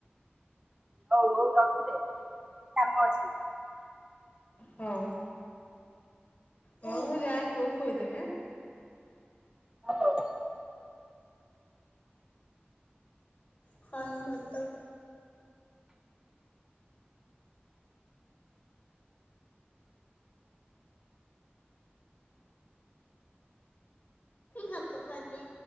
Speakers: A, on the right; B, on the left.
A: ହଉ ହଉ ରଖିଦେ ଟିକେ କାମ ଅଛି।
B: ହଉ ହଉ ମୁଁ ଯାଏ ପୁଅକୁ ଖୁଏଇ ଦେମି ଆ
A: ହ ହଉ।
B: <unintelligible> ଭାତ ଖାଇବି।